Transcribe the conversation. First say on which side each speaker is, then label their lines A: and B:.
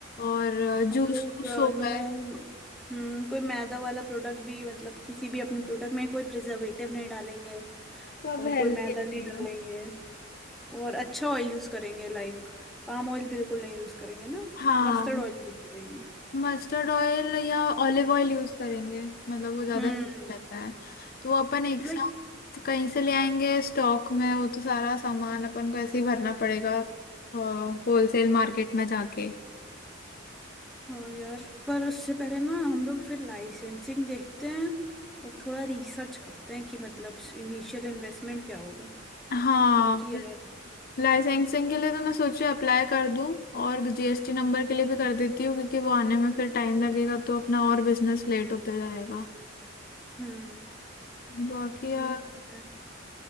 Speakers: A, on the left; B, in the centre.
A: और
B: हम
A: जूस
B: लोग
A: वूस हो
B: नो
A: गए
B: हम्म कोई मैदा वाला प्रोडक्ट भी मतलब किसी भी अपने प्रोडक्ट में कोई प्रिजर्वेटिव नहीं डालेंगे
A: सब
B: और
A: हेल्दी
B: कोई मैदा
A: रहेगा
B: नहीं डालेंगे और अच्छा ऑयल यूज करेंगे लाइक पाम ऑयल बिल्कुल नहीं यूज करेंगे ना
A: हाँ
B: मस्टर्ड ऑयल यूज करेंगे
A: मस्टर्ड ऑयल या ऑलिव ऑयल यूज करेंगे मतलब वो ज्यादा
B: हम्म
A: हेल्प रहता है तो वो अपन एक साथ
B: लाइक
A: कहीं से ले आएंगे स्टॉक में वो तो सारा सामान अपन को ऐसे ही भरना पड़ेगा होलसेल मार्केट में जाके
B: हाँ यार पर उससे पहले ना हम लोग फिर लाइसेंसिंग देखते हैं और थोड़ा रिसर्च करते हैं कि मतलब इनिशियल इन्वेस्टमेंट क्या होगा
A: हाँ
B: क्योंकि यार
A: लाइसेंसिंग के लिए तो मैं सोचा अप्लाई कर दूं और जीएसटी नंबर के लिए भी कर देती हूँ क्योंकि वो आने में फिर टाइम लगेगा तो अपना और बिजनेस लेट होते जाएगा
B: हम्म
A: बाकी यार
B: ठीक है